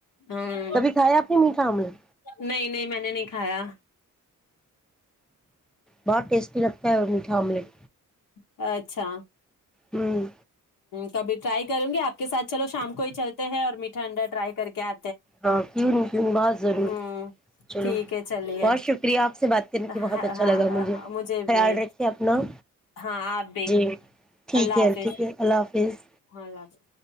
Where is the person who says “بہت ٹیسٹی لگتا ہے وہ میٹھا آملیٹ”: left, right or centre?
Centre